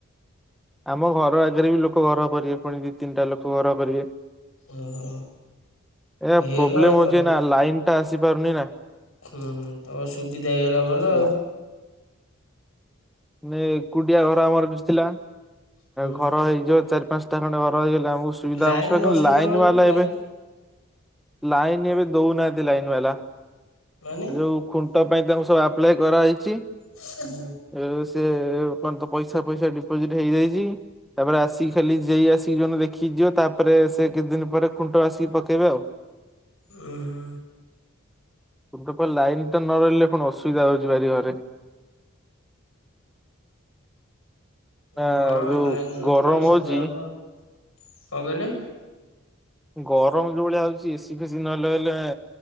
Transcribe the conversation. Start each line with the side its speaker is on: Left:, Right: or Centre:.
Centre: ଆମ ଘର ଆଗେରେ ବି ଲୋକ ଘର କରିବେ ପୁଣି ଦି ତିନିଟା ଲୋକ ଘର କରିବେ।
Left: ଓହୋ
Centre: ଏ
Left: ହେଇଗଲା
Centre: ପ୍ରୋବ୍ଲେମ୍
Left: ଆଉ
Centre: ହଉଚି
Left: ତମ
Centre: ନା, ଲାଇନ୍ ଟା ଆସିପାରୁନି ନା।
Left: ହୁଁ ତମର ସୁବିଧା ହେଇଗଲା ଭଲ
Centre: ହେଲା।
Left: ଆଉ।
Centre: ମାନେ ଏକୁଟିଆ ଘର ଆମର ଥିଲା,
Left: ହୁଁ
Centre: ଘର ହେଇଯିବ ଚାରି ପାଞ୍ଚଟା ଖଣ୍ଡେ ଘର ହେଇଗଲେ ଆମ ସୁୁବିଧା
Left: ଲାଇନ
Centre: ହବ କିନ୍ତୁ
Left: ଅସୁବିଧା
Centre: ଲାଇନ୍
Left: ମାନେ
Centre: ବାଲା
Left: ଲାଇନ
Centre: ଏବେ ଲାଇନ୍ ଏବେ ଦଉନହାନ୍ତି ଲାଇନ୍ ବାଲା।
Left: ମାନେ
Centre: ଏ ଯୋଉ ଖୁଣ୍ଟ ପାଇଁ ତାଙ୍କୁ ସବୁ ଆପ୍ଲାଏ କରାହେଇଚି।
Left: <inaudible>
Centre: ଏ ସେ କଣ ତ ପଇସା ଫଇସା ଡିପୋଜିଟ୍ ହେଇଯାଇଚି। ତାପରେ ଆସିକି ଖାଲି ଯେଇ ଆସିକି ଯୋଣ ଦେଖିକି ଯିବ, ତାପରେ ସେ କେତେ ଦିନ୍ ପରେ ଖୁଣ୍ଟ ଆସିକି ପକେଇବେ ଆଉ।
Left: <inaudible>
Centre: <unintelligible> ଲାଇନ୍ ଟା ନ ରହିଲେ ପୁଣି ଅସୁବିଧା ହଉଚି ଭାରି ଘରେ। ନା
Left: ହଁ
Centre: ଯୋଉ
Left: ଲାଇନ୍ ନଥିଲେ
Centre: ଗରମ
Left: ଅସୁବିଧା
Centre: ହଉଛି
Left: ହବ ଆଉ, କଣ କହିଲେ?
Centre: ଗରମ୍ ଯୋଉ ଭଳିଆ ହଉଚି ଏସି ଫେଶି ନହେଲେ <unintelligible>